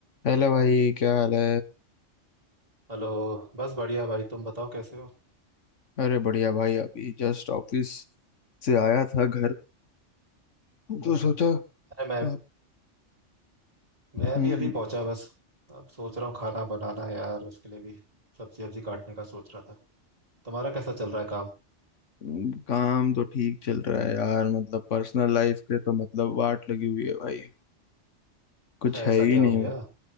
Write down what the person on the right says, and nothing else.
Hello बस बढ़िया भाई तुम बताओ कैसे हो
हम्म
हम्म।
अरे मैं
मैं
भी अभी पहुंचा बस अब सोच रहा हूँ खाना बनाना है यार उसके लिए भी सब्जी वब्जी काटने का सोच रहा था तुम्हारा कैसा चल रहा है काम
ऐसा
क्या
हो गया